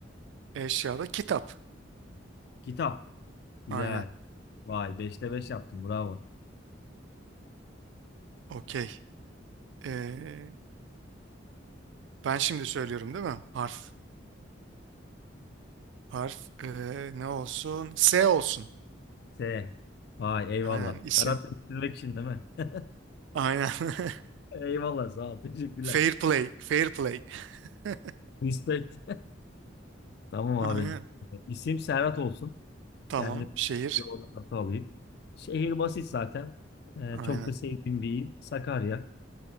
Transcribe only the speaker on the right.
Eşyada kitap.
Aynen.
Okey. Ee, ben şimdi söylüyorum değil mi? Harf. Harf eee, ne olsun? S olsun.
Aynen isim.
Aynen. <laughs>
Fair play. Fair play. <laughs>
Aynen.
Tamam.
Şehir.
Aynen.